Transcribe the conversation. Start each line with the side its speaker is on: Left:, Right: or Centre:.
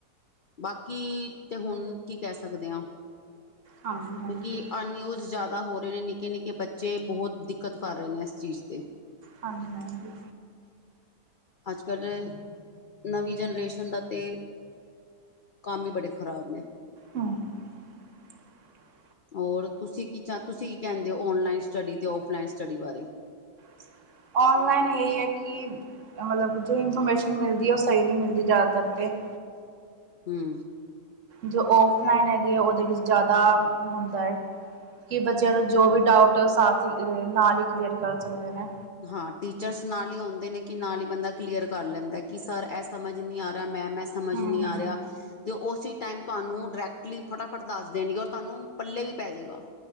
Left: ਬਾਕੀ ਤੇ ਹੁਣ ਕੀ ਕਹਿ ਸਕਦੇ ਹਾਂ
Right: ਹਾਂਜੀ ਹਾਂਜੀ
Left: ਕਿਉਂਕਿ ਅਨਿਊਜ਼ ਜ਼ਿਆਦਾ ਪਦਾ ਹੋ ਰਹੇ ਨੇ ਨਿੱਕੇ ਨਿੱਕੇ ਬੱਚੇ ਬਹੁਤ ਦਿੱਕਤ ਕਰ ਰਹੇ ਨੇ ਇਸ ਚੀਜ਼ ਤੇ
Right: ਹਾਂਜੀ ਹਾਂਜੀ
Left: ਅੱਜ ਕੱਲ੍ਹ ਨਵੀਂ ਜਨਰੇਸ਼ਨ ਦਾ ਤੇ ਕੰਮ ਵੀ ਬੜੇ ਖਰਾਬ ਨੇ
Right: ਹੂੰ <inaudible>
Left: ਹੋਰ ਤੁਸੀਂ ਕੀ ਤੁਸੀਂ ਕੀ ਕਹਿੰਦੇ ਹੋ ਓਨਲਾਈਨ ਸਟਡੀ ਤੇ ਫਲਾਈਨ ਸਟੱਡੀ ਬਾਰੇ
Right: <inaudible> ਔਨਲਾਈਨ ਇਹੀ ਹੈ ਕਿ ਮਤਲਬ ਜੋ ਇਨਫੋਰਮੇਸ਼ਨ ਮਿਲਦੀ ਹੈ ਉਹ ਸਹੀ ਨਹੀਂ ਮਿਲਦੀ ਜ਼ਿਆਦਾਤਰ ਤੇ <inaudible>
Left: ਹਮ
Right: ਜੋ ਓਫਲਾਈਨ ਹੈਗੀ ਆ ਉਹਦੇ ਵਿੱਚ ਜ਼ਿਆਦਾ ਹੁੰਦਾ ਹੈ ਕਿ ਬੱਚਿਆਂ ਨੂੰ ਜੋ ਵੀ ਡਾਊਟ ਸਾਥ ਨਾਲ ਹੀ ਕਲੀਅਰ ਕਰ ਸਕਦੇ ਨੇ
Left: ਹਾਂ ਟੀਚਰਸ ਨਾਲ ਹੀ ਆਉਂਦੇ ਨੇ ਕਿ ਨਾਲ ਹੀ ਬੰਦਾ ਕਲੀਅਰ ਕਰ ਲੈਂਦਾ ਕਿ ਸਰ ਇਹ ਸਮਝ ਨਹੀਂ ਆ ਰਿਹਾ ਮੈਂ ਮੈਂ ਸਮਝ
Right: ਹਮ
Left: ਨਹੀਂ ਆ ਰਿਹਾ ਅਤੇ ਉਸ ਟਾਈਮ ਤੁਹਾਨੂੰ ਡਾਇਰੈਕਟਲੀ ਫਟਾਫਟ ਦੱਸ ਦੇਣਗੇ ਔਰ ਤੁਹਾਨੂੰ ਪੱਲੇ ਵੀ ਪੈ ਜਾਵੇਗਾ